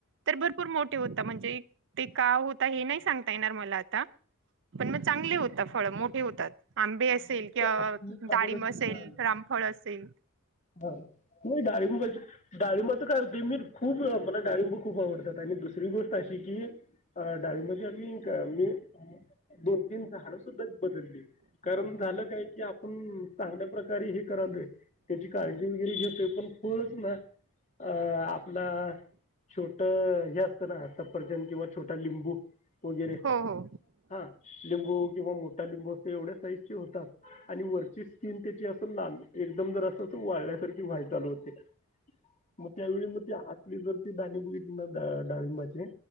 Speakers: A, on the right; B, on the left.
A: तर भरपूर मोठे होता म्हणजे ते का होता हे नाही सांगता येणार मला आता. पण मग चांगले होता फळ मोठे होत. <unintelligible> असेल
B: म्हणजे
A: किंवा
B: आता मी माझ्या
A: डाळींब
B: डोक्यात
A: असेल
B: काय आलं
A: रामफळ असेल.
B: हां नाही डाळिंबाची डाळिंबाचं काय होतंय मी खूप वेळा मला डाळंब खूप आवडतात. आणि दुसरी गोष्ट अशी की डाळिंबाची आम्ही म दोन तीन झाडं सुद्धा बदलली कारण झालं. काय की आपण चांगल्या प्रकारे हे करालोय. त्याची काळजी वगैरे घेेतोय पण फळच ना अ आपला छोटं हे असतं ना सपरचन किंवा छोटा लिंबू. वगिरे
A: हो हो
B: हा. लिंबू किंवा मोठा लिंबू असे एवढ्या साईजची होतात. आणि वरची स्किन त्याची असं लाल एकदम जरासं तस वाळल्यासारखी व्हाय चालू होते म त्यावेळी म आतली जर ते दाणे बघितली ना डाळिंबाचे